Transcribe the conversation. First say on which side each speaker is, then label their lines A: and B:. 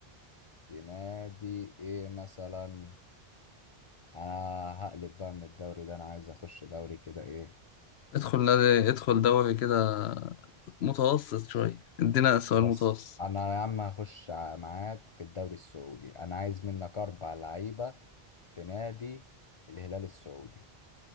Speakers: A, on the left; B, on the left.
A: في نادي إيه مثلا أنا هقلب بقى من الدوري ده أنا عايز أخش دوري كده إيه
B: ادخل نادي ادخل دوري كده متوسط شوية ادينا سؤال
A: بص
B: متوسط
A: أنا يا عم هخش ع- معاك في الدوري السعودي أنا عايز منك أربع لعيبة في نادي الهلال السعودي